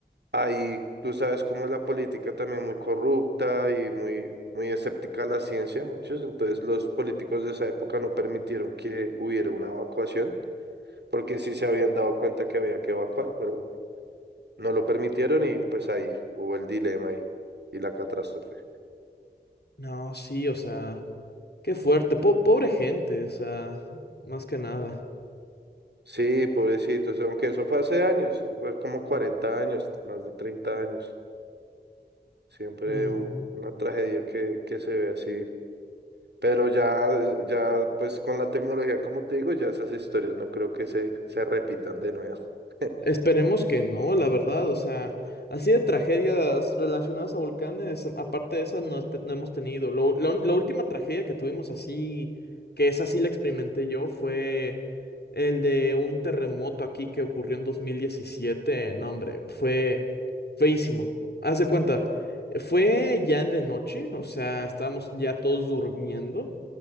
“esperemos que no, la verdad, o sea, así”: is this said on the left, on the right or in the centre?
Left